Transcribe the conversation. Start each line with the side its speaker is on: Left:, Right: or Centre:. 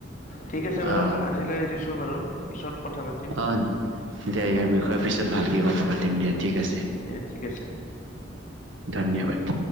Left: ঠিক আছে বাৰু।
Right: অ
Left: আজিলৈ এৰিছো বাৰু। পিছত কথা পাতিম
Right: অ দিয়া। ইয়াৰ বিষয়ে পিছত ভালকে কথা পাতিম দিয়া। ঠিক আছে।
Left: দিয়া ঠিক আছে।
Right: ধন্যবাদ